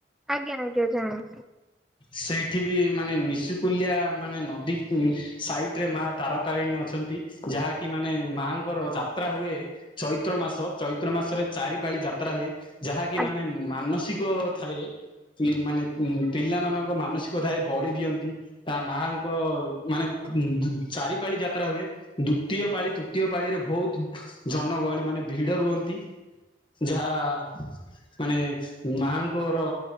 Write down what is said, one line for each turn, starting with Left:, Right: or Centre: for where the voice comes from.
Centre: ଆଜ୍ଞା ଆଜ୍ଞା ଜାଣେ।
Left: ସେଇଠି ବି ମାନେ ନିଶୁକୁଲ୍ୟା, ମାନେ ନଦୀ କୁ ସାଇଟ୍ ରେ ମା ତାରା ତାରିଣୀ ଅଛନ୍ତି, ଯାହାକି ମାନେ ମାଙ୍କର ଯାତ୍ରା ହୁଏ ଚୈତ୍ର
Centre: ଆଜ୍ଞା
Left: ମାସ, ଚୈତ୍ର ମାସରେ ଚାରି ପାଳି ଯାତ୍ରା ହୁଏ, ଯାହାକି
Centre: ଆଜ୍ଞା
Left: ମାନେ ମାନସିକ ଥାଏ ମାନେ ଉଁ -ପିଲାମାନଙ୍କ ମାନସିକ ଥାଏ ବଳି ଦିଅନ୍ତି। ତା ମାଙ୍କ ମାନେ -ଚାରିପାଳି ଯାତ୍ରା ହୁଏ। ଦୁତୀୟ ପାଳି, ତୃତୀୟ ପାଳିରେ, ବହୁତ୍ ଜନଗହଳି ମାନେ ଭିଡ ରୁହନ୍ତି। ଯାହା, ମାନେ ମାଆ ଙ୍କର